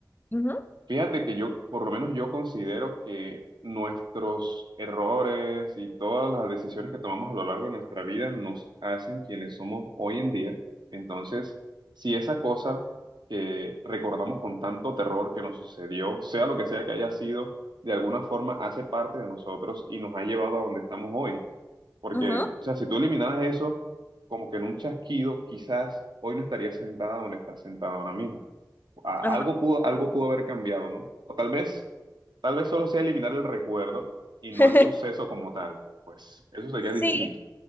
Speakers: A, on the left; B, on the right.
A: ujú,
B: Fíjate que yo, por lo menos yo considero que nuestros errores y todas las decisiones que tomamos a lo largo de nuestra vida nos hacen quienes somos hoy en día. Entonces, si esa cosa que recordamos con tanto terror que nos sucedió, sea lo que sea que haya sido, de alguna forma hace parte de nosotros y nos ha llevado a donde estamos hoy. Porque,
A: ujú,
B: o sea, si tú eliminaras eso, como que en un chasquido, quizás hoy no estarías sentada donde estás sentada ahora mismo a-
A: ajá.
B: algo pudo, algo pudo haber cambiado, ¿no? O tal vez, tal vez solo sea eliminar el recuerdo y
A: <laughs>
B: no el suceso como tal. Pues eso sería distinto,
A: Sí,